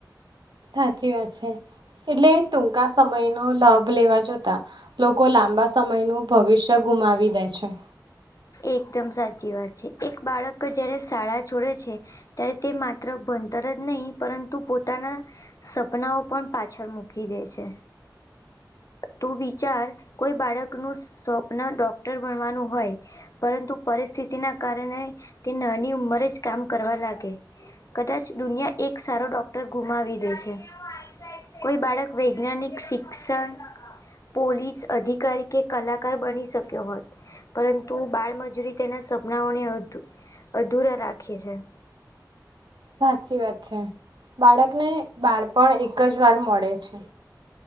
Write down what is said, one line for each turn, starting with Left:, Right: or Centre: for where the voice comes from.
Right: સાચી વાત છે એટલે ટૂંકા સમયનો લાભ લેવા જોતા લોકો લાંબા સમયનું ભવિષ્ય ગુમાવી દે છે.
Left: એકદમ સાચી વાત છે એક બાળક જ્યારે શાળા છોડે છે. ત્યારે તે માત્ર ભણતર જ નહીં પરંતુ પોતાના સપનાઓ પણ પાછળ મૂકી દે છે. તું વિચાર કોઈ બાળકનું સ્વપ્ન ડોક્ટર બનવાનું હોય પરંતુ પરિસ્થિતિના કારણે તે નાની ઉંમરે જ કામ કરવા લાગે. કદાચ દુનિયા એક સારો ડોક ટર ગુમાવી દે છે કોઈ બાળક વૈજ્ઞાનિક શિક્ષણ પોલીસ અધિકારી કે કલાકાર બની શક્યો હોત પરંતુ બાળમજૂરી તેના સપનાઓને અધુ અધુરા રાખે છે.
Right: સાચી વાત છે બાળકને બાળપણ એક જ વાર મળે છે.